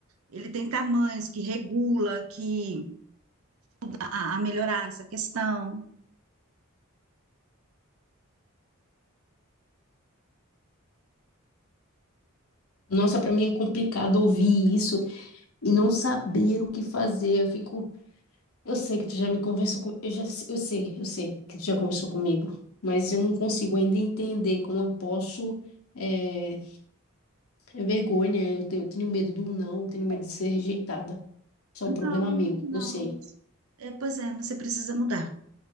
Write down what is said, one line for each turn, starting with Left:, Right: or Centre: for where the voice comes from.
Right: ele tem tamanhos que regula, que, a, a a melhorar essa questão.
Left: Nossa, pra mim
Right: Não
Left: é complicado ouvir isso e não saber o que fazer. Eu fico, eu sei que tu já me conversou com, eu já, eu sei, eu sei que tu já conversou comigo, mas eu não consigo ainda entender como eu posso. É, é vergonha, eu tenho, eu tenho medo do não, eu tenho medo
Right: é.
Left: de ser rejeitada. Isso
Right: Não,
Left: é um problema meu,
Right: não.
Left: eu sei,
Right: É, pois é, mas você precisa mudar.